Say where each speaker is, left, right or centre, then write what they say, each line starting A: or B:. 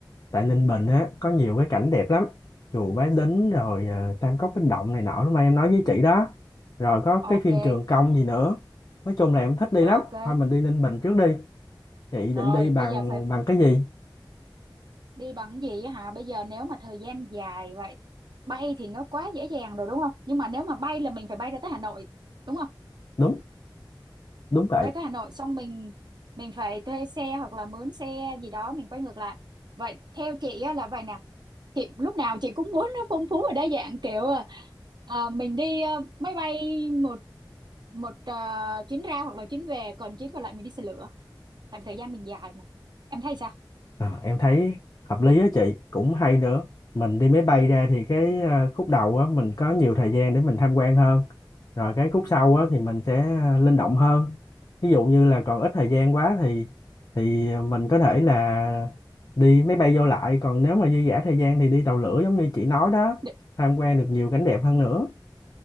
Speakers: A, on the left (about 45°); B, on the right (about 60°).
A: tại Ninh Bình á có nhiều cái cảnh đẹp lắm chùa Bái Đính rồi ờ, Tam Cốc Bích Động này nọ lúc mà em nói với chị đó rồi có
B: ok
A: cái phim Trường Công gì nữa nói chung là em thích đi
B: ok
A: lắm thôi mình đi Ninh Bình trước đi chị định
B: rồi
A: đi
B: bây
A: bằng
B: giờ phải
A: bằng cái gì
B: đi bằng gì á hả bây giờ nếu mà thời gian dài vậy bay thì nó quá dễ dàng rồi đúng không nhưng mà nếu mà bay là mình phải bay ra tới Hà Nội đúng không
A: đúng đúng vậy
B: bay tới Hà Nội xong mình mình phải thuê xe hoặc là mướn xe gì đó mình quay ngược lại vậy theo chị á, là vậy nè chị lúc nào chị cũng muốn nó phong phú và đa dạng kiểu à, ờ, mình đi ờ, máy bay một một ờ, chuyến ra hoặc là chuyến về còn chuyến còn lại mình đi xe lửa tại vì thời gian mình dài mà em thấy sao
A: À, em thấy hợp lý á chị cũng hay nữa mình đi máy bay ra thì cái à, khúc đầu á mình có nhiều thời gian để mình tham quan hơn rồi cái khúc sau á thì mình sẽ à, linh động hơn ví dụ như là còn ít thời gian quá thì thì mình có thể là đi máy bay vô lại còn nếu mà dư dả thời gian thì đi tàu lửa giống như chị nói đó
B: Định-
A: tham quan được nhiều cảnh đẹp hơn nữa